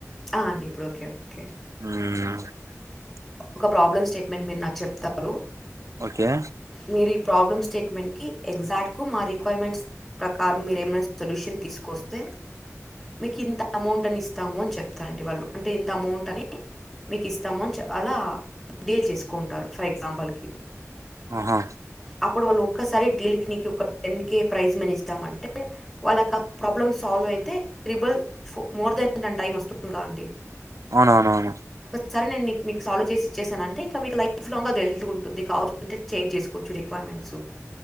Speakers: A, in the centre; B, on the right.
A: ఆ అండి ఇప్పుడ్ ఓకే ఓకే
B: మ్
A: ఒక ప్రాబ్లమ్ స్టేట్మెంట్ మీర్ నాక్ చెప్తారు.
B: ఓకే
A: మీరు ఈ ప్రాబ్లమ్ స్టేట్మెంట్కి ఎగ్జాక్టు మా రిక్వైర్మెంట్స్ ప్రకారం మీరేమైనా సొల్యూషన్ తీసుకొస్తే మీకింత అమౌంట్ అని ఇస్తాము అని చెప్తానండి వాళ్ళు అంటే ఇంత అమౌంట్ అని మీక్ ఇస్తామున్ అలా డీల్ చేస్కుంటారు ఫర్ ఎగ్జాంపుల్కి
B: ఆహా
A: అప్పుడు వాళ్ళు ఒక్కసారి డీల్కి నీకి ఒక టెన్ కే ప్రైజ్ మన్ ఇస్తాం అంటే వాళ్ళక్ ఆ ప్రాబ్లమ్ సాల్వ్ అయితే ట్రిబల్ మోర్ దెన్ దాన్ టైం వస్తుంకా అండి
B: అవునవునవును.
A: సరే నేన్ నీక్ నిక్ సాల్వ్ చేసి ఇచ్చేసానంటే ఇంకా మీక్ లైఫ్ లాంగ్ అది ఎళ్తు ఉంటుంది <inaudible> చేంజ్ చేస్కో వచ్చు రిక్వైర్మెంట్సు